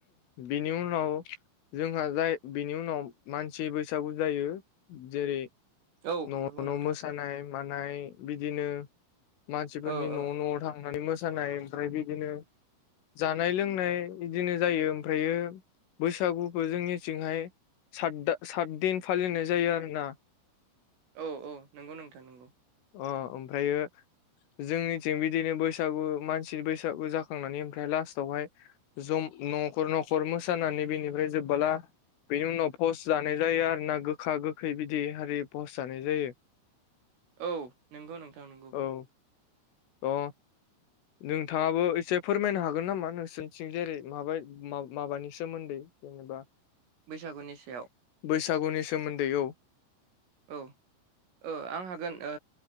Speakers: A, on the left; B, on the right.
A: बेनि उनाव जोंहा जाय बिनि उनाव मानसि बैसागु जायो जेरै
B: औ
A: न'
B: नंगौ
A: न'
B: नोंथां
A: मोसानाय मानाय बिदिनो मानसिफोरनि
B: औ औ
A: न' न'आव थांनानै मोसानाय ओमफ्राय बिदिनो जान‌ नाय लोंनाय इदिनो जायो ओमफ्रायो बैसागुखो जोंनिथिंहाय साद दा सात दिन फालिनाय जायो आरोना।
B: औ औ नंगौ नोंथां नंगौ।
A: अ ओमफ्रायो जोंनिथिं बिदिनो बैसागु मानसि बैसागु जाखांनानै ओमफ्राय लास्टावहाय जमा न'खर न'खर मोसानानै बेनिफ्राइ बे जोबबोला बेनि उनाव पस्ट जानाय जायो आर ना गोखा गोखै बिदि हारि पस जानाय जायो
B: औ नंगौ नोंथां नंगौ
A: औ अ नोंथाङाबो एसे फोरमायनो हागोन नामा नोंसोरनिथिं जेरै माबा माबानि सोमोन्दै जेनेबा
B: बैसागुनि सायाव
A: बैसागुनि सोमोन्दै औ
B: औ औ आं हागोन ओ